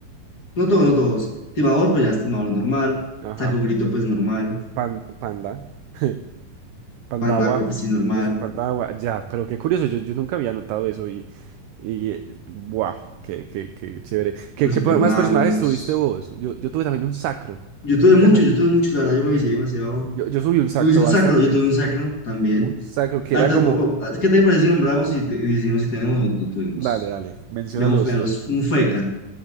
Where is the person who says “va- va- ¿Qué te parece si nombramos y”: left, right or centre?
Left